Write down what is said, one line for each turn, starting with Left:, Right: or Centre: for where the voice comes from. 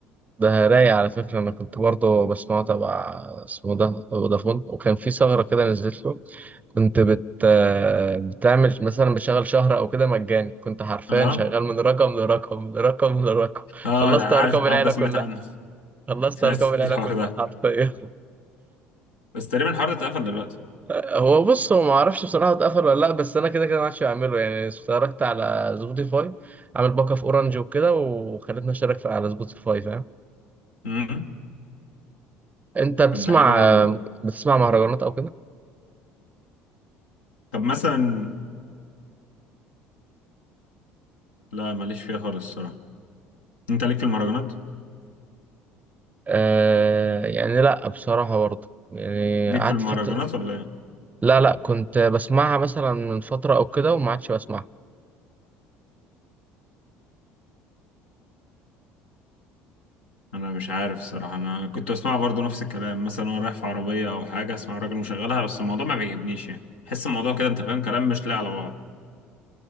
Right: ده رايق على فكرة أنا كنت برضه بسمعه تبع اسمه ده فودافون وكان في ثغرة كده نزلت له كنت بت آه، بتعمل مثلا بشغل شهر أو كده مجاني كنت حرفيا
Left: اه
Right: شغال من رقم لرقم لرقم لرقم
Left: اه
Right: خلصت
Left: ده عارف
Right: أرقام
Left: الحوار
Right: العيلة
Left: ده سمعت
Right: كلها
Left: عنه <laughs>
Right: خلصت
Left: سمعت
Right: أرقام العيلة
Left: الحوار
Right: كلها
Left: ده
Right: حرفيا
Left: بس تقريبا الحوار ده اتقفل دلوقتي
Right: هو بص هو ما اعرفش بصراحه اتقفل ولا لا بس انا كده كده ما عادش بعمله يعني اشتركت على سبوتيفاي عامل باك اب اورنج وكده وخلتني اشترك في- على سبوتيفاي فاهم
Left: امم
Right: انت بتسمع
Left: طب ده حلو قوي ده
Right: بتسمع مهرجانات او كده
Left: طب مثلا لا ماليش فيها خالص الصراحه انت ليك في المهرجانات
Right: آه يعني لا بصراحه برضه يعني
Left: ليك
Right: قعدت
Left: في المهرجانات
Right: فتره
Left: ولا ايه
Right: لا لا كنت بسمعها مثلا من فتره او كده وما عادش بسمعها
Left: انا مش عارف الصراحه انا كنت اسمع برضو نفس الكلام مثلا وانا رايح في عربيه او حاجه اسمع راجل مشغلها بس الموضوع ما بيعجبنيش يعني حس الموضوع كده انت فاهم كلام مش لاقي على بعض